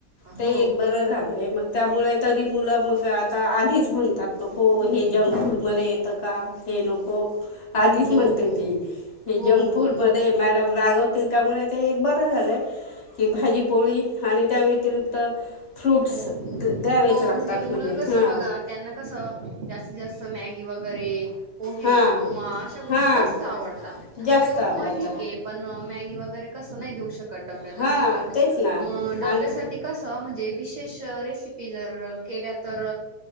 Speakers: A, on the left; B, on the right.
A: ते
B: हो
A: एक बरं झालंय मग त्यामुळे तरी मुल मग आता आधीच म्हणतात नको हे जंक फूडमध्येध्ये येतं का हे नको आधीच
B: हो
A: म्हणते
B: हो
A: ती हे
B: हो हो
A: जंक फूडमध्ये
B: हो
A: मॅडम रागवता त्याच्यामुळे ते बंद झालंय. की भाजी पोळी आणि त्या व्यतिरिक्त फ्रूट्स
B: हो
A: द्यावेच
B: हो
A: लागतात
B: म्हणजे मुलं कस
A: हां
B: बघा त्यांना कसं जास्तीत जास्त मॅगी वगैरे पोहे
A: हां
B: उपमा अशा गोष्टी
A: हां
B: जास्त आवडतात पोहे
A: जास्त
B: उपमा
A: आवडतं
B: ठीके पण मॅगी वगैरे कसं नाही देऊ का डब्याला
A: हा
B: नाही का
A: तेच ना
B: म डब्यासाठी
A: आणि
B: ते म्हणजे विशेष रेसिपी जर केल्या तर